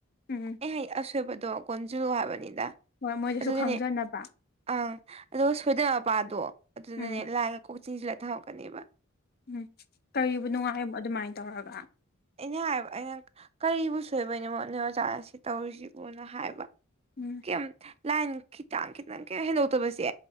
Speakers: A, on the left (about 50°); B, on the right (about 30°).
A: ꯎꯝ
B: ꯑꯦꯍꯥꯏ ꯑꯁꯣꯏꯕꯗꯣ ꯀꯣꯟꯖꯂꯨ ꯍꯥꯏꯕꯅꯤꯗ
A: ꯍꯣꯏ ꯃꯣꯏꯗꯁꯨ
B: ꯑꯗꯨꯒꯤꯅꯦ
A: ꯈꯪꯖꯅꯕ
B: ꯑꯪ ꯑꯗꯨꯒ ꯁꯣꯏꯗꯕꯄꯥꯗꯣ ꯑꯗꯨꯅꯅꯦ
A: ꯎꯝ
B: ꯂꯥꯏ ꯀꯣꯏꯁꯤꯟꯂꯒ ꯊꯝꯃꯛꯀꯅꯦꯕ
A: ꯎꯝ ꯀꯔꯤꯕꯨ ꯅꯨꯡꯉꯥꯏꯕ ꯑꯗꯨꯃꯥꯏꯅ ꯇꯧꯔꯒ
B: ꯑꯦꯅꯦ ꯍꯥꯏꯕ ꯑꯩꯅ ꯀꯔꯤꯕꯨ ꯁꯣꯏꯕꯅꯦ ꯃꯣꯠꯅꯦ ꯑꯣꯖꯥꯅ ꯁꯤ ꯇꯧꯔꯤꯁꯤꯕꯣꯅ ꯍꯥꯏꯕ
A: ꯎꯝ
B: ꯀꯩ ꯂꯥꯏꯟ ꯈꯤꯇꯪ ꯈꯤꯇꯪ ꯀꯩ ꯍꯦꯟꯗꯣꯛꯇꯕꯁꯦ